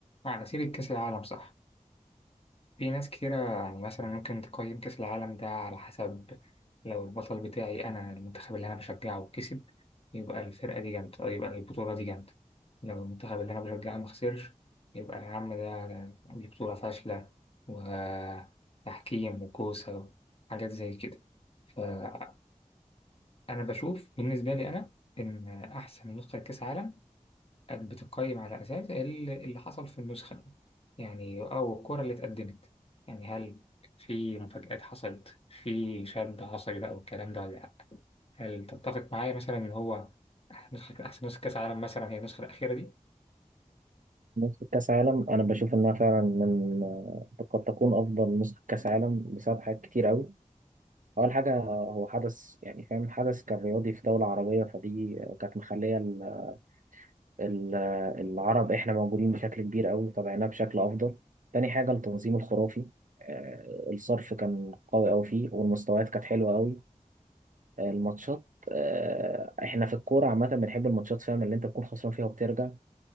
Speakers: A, on the left (about 50°); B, on the right (about 80°).
A: على سيرة كأس العالم صح في ناس كتيرة يعني مثلا ممكن تقيم كأس العالم ده على حسب لو البطل بتاعي أنا المنتخب اللي أنا بشجعه كسب يبقى الفرقة دي جامدة أو يبقى البطولة دي جامدة لو المنتخب اللي أنا بشجعه مخسرش يبقى يا عم ده دي بطولة فاشلة وتحكيم وكوسة وحاجات زي كده فأنا بشوف بالنسبة لي أنا إن أحسن نسخة كأس عالم كانت بتقيم على أساس ال- اللي حصل في النسخة دي يعني أو الكرة اللي اتقدمت يعني هل في مفاجآت حصلت في شد عصبي بقى والكلام ده ولا لأ هل تتفق معايا مثلا إن هو نسخة أحسن نسخة كأس عالم مثلا هي النسخة الأخيرة دي؟
B: نسخة كأس عالم أنا بشوف إنها فعلا من قد تكون أفضل نسخة كأس عالم بسبب حاجات كتير أوي أول حاجة هو حدث يعني فاهم حدث كان رياضي في دولة عربية فدي كانت مخلية ال- ال- العرب إحنا موجودين بشكل كبير أوي تابعناه بشكل أفضل تاني حاجة التنظيم الخرافي آه، الصرف كان قوي أوي فيه والمستويات كانت حلوة أوي آه، الماتشات آه، إحنا في الكورة عامة بنحب الماتشات فاهم اللي أنت تكون خسران فيها وبترجع